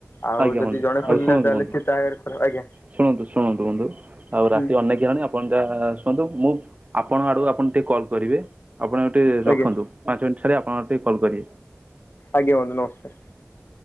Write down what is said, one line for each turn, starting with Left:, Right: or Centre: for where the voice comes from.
Left: ଆଉ
Right: ଆଜ୍ଞା
Left: ଯଦି
Right: ବନ୍ଧୁ
Left: ଜଣେ
Right: ଆଉ
Left: ଖୋଲିଲା
Right: ଶୁଣନ୍ତୁ
Left: ତାହେଲେ
Right: ବନ୍ଧୁ
Left: ସେ ତାହାର ଖୋଲ। ଆଜ୍ଞା।
Right: ଶୁଣନ୍ତୁ ଶୁଣନ୍ତୁ ବନ୍ଧୁ ଆଉ
Left: ହୁଁ
Right: ରାତି ଅନେକ ହେଲାଣି ଆପଣ ଯାହା ଶୁଅନ୍ତୁ। ମୁଁ ଆ ଆପଣ ଆଡ଼ୁ ଆପଣ ଟିକେ କଲ୍ କରିବେ। ଆପଣ ଏବେ ଟିକେ ରଖନ୍ତୁ।
Left: ଆଜ୍ଞା
Right: ପାଞ୍ଚ ମିନିଟ୍ ଛାଡି ଆପଣ ଟିକେ କଲ୍ କରିବେ।
Left: ଆଜ୍ଞା ବନ୍ଧୁ ନମସ୍କାର।